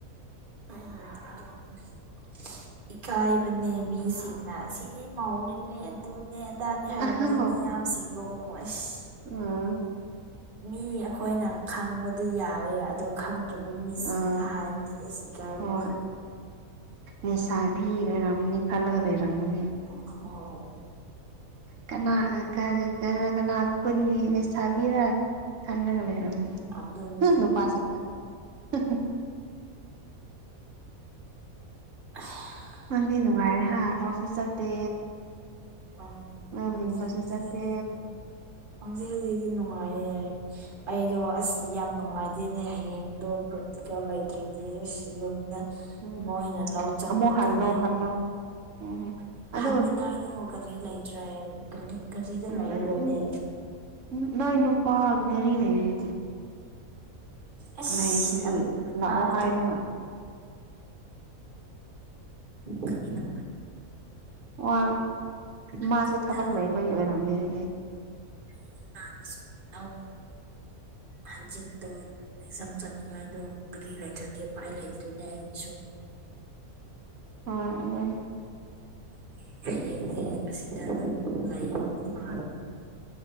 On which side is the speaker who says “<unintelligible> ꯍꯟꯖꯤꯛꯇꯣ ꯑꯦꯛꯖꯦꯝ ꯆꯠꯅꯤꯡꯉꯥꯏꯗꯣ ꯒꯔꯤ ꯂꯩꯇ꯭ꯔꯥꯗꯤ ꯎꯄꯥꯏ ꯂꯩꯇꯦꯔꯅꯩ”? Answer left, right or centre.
Right